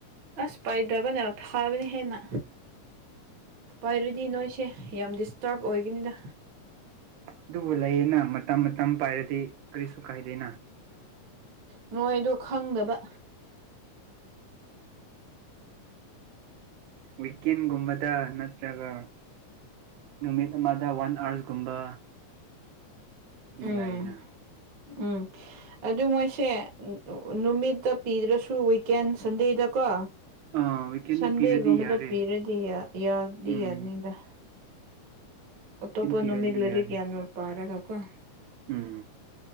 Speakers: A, on the right; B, on the right.
A: ꯑꯁ ꯄꯥꯏꯗ꯭ꯔꯕꯅꯦ ꯈꯕꯅꯤ ꯍꯦꯅ ꯄꯥꯏꯔꯗꯤ ꯅꯣꯏꯁꯦ ꯌꯥꯝ ꯗꯤꯁꯇꯔꯕ ꯑꯣꯏꯒꯅꯤꯗ
B: ꯑꯗꯨꯕꯨ ꯂꯩꯌꯦꯅ ꯃꯇꯝ ꯃꯇꯝ ꯄꯥꯏꯔꯗꯤ ꯀꯔꯤꯁꯨ ꯀꯥꯏꯗꯦꯅ
A: ꯅꯣꯏꯗꯣ ꯈꯪꯗꯕ
B: ꯋꯤꯛꯀꯦꯟꯒꯨꯝꯕꯗ ꯅꯠꯇ꯭ꯔꯒ ꯅꯨꯃꯤꯠ ꯑꯃꯗ ꯋꯥꯟ ꯑꯥꯔꯁꯒꯨꯝꯕ ꯇꯤ
A: ꯎꯝ
B: ꯍꯥꯏꯏꯅ
A: ꯎꯝ ꯑꯗꯨ ꯃꯣꯏꯁꯦ ꯅꯨꯃꯤꯠꯇ ꯄꯤꯗ꯭ꯔꯁꯨ ꯋꯤꯀꯦꯟ ꯁꯟꯗꯦꯗꯀꯣ
B: ꯑꯥ ꯋꯤꯀꯦꯟꯗ
A: ꯁꯟꯗꯦꯒꯨꯝꯕꯗ
B: ꯄꯤꯔꯗꯤ ꯌꯥꯔꯦ
A: ꯄꯤꯔꯗꯤ ꯌꯥꯗꯤ
B: ꯎꯝ
A: ꯌꯥꯅꯤꯡꯗ ꯑ
B: ꯋꯤꯀꯦꯟ
A: ꯇꯣꯄ
B: ꯄꯤꯔꯗꯤ
A: ꯅꯃꯤꯜ ꯑꯣꯏꯔꯒꯌꯥꯅ
B: ꯌꯥꯔꯦ
A: ꯄꯔꯒꯀꯣ
B: ꯎꯝ